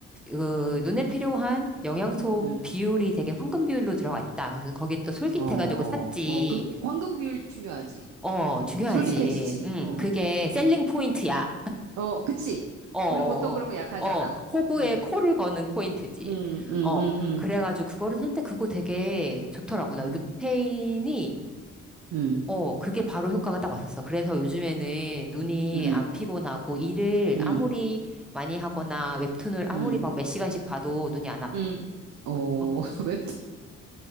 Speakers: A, in the centre; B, on the right.
A: 그 눈에 필요한 영양소
B: 음.
A: 비율이 되게 황금 비율로 들어가 있다. 그래서 거기 또 솔깃해가지고
B: 어,
A: 샀지.
B: 어, 그 황금 비율 중요하지.
A: 어,
B: 어,
A: 중요하지.
B: 솔깃해지지.
A: 음,
B: 어,
A: 그게 셀링 포인트야.
B: 어, 그치.
A: 어, 어,
B: 우리 보통 그런
A: 어.
B: 거 약하잖아.
A: 어,
B: 뭐,
A: 호구에
B: 음,
A: 코를 거는 포인트지.
B: 음, 음,
A: 어,
B: 음,
A: 그래가지고 그거를 샀는데 그거 되게 좋더라고. 나
B: 음,
A: 루테인이
B: 음,
A: 어, 그게 바로 효과가 딱 왔었어. 그래서 요즘에는 눈이
B: 음,
A: 안 피곤하고 일을
B: 음,
A: 아무리 많이 하거나 웹툰을 아무리
B: 음,
A: 막 몇 시간씩 봐도 눈이 안 아파.
B: 음. 어,
A: <laughs>
B: <laughs> 웹툰.